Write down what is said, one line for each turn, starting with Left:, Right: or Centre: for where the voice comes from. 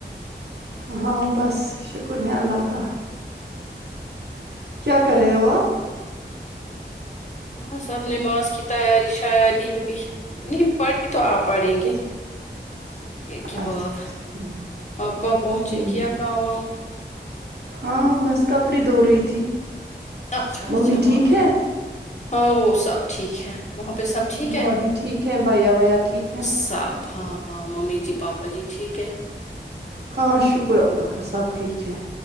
Right: ہاں بس شکر ہے اللہ کا کیا کر رہے ہو آپ
Left: بس اب نماز کی تیاری شیاری ہےبھی نہیں پڑ تو آپ پڑیں
Right: اچھا
Left: گے تھوڑی دیر کے
Right: اچھا
Left: بعد
Right: اچھا ٹھیک
Left: آپ کواں پہنچے
Right: ٹھیک
Left: کیا کام وم
Right: ہاں بس کپڑی دھو رہی تھی
Left: اچھا
Right: ممی
Left: اچھا
Right: ٹھیک
Left: ہاں ہاں وہ سب ٹھیک ہے وہاں پہ سب ٹھیک ہے
Right: بابھی ٹھیک ہے بھائیا ویا ٹھیک ہے
Left: سب ہاں ممی جی پاپا جی ٹھیک ہے
Right: ہاں شکر اللہ کا سب ٹھیک ہے